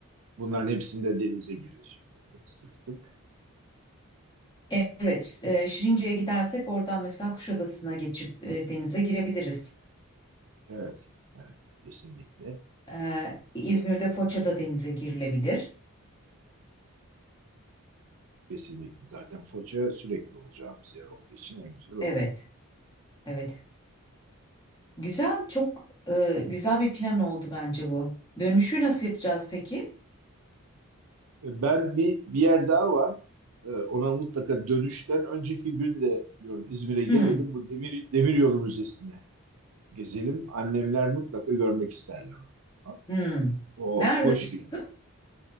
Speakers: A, on the right; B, on the left.
A: Bunların hepsinde denize girecek tabii sık sık.
B: E- Evet, e, Şirince'ye gidersek oradan mesela Kuşadası'na geçip e, denize girebiliriz.
A: Evet, evet kesinlikle.
B: Ee, İzmir'de Foça'da denize girilebilir.
A: Kesinlikle. Zaten Foça sürekli olacağımız yer olduğu için en güzel orada.
B: Evet, evet. Güzel, çok e, güzel bir plan oldu bence bu. Dönüşü nasıl yapacağız peki?
A: E, Ben bir, bir yer daha var. E, Ona mutlaka dönüşten önceki gün de diyorum İzmir'e gelelim.
B: Hmm,
A: Bu Demir, Demiryolu Müzesi'ne gezelim. Annemler mutlaka görmek isterler. onu. Tamam.
B: hmm.
A: O
B: Nerede
A: hoş
B: burası?
A: bir yer.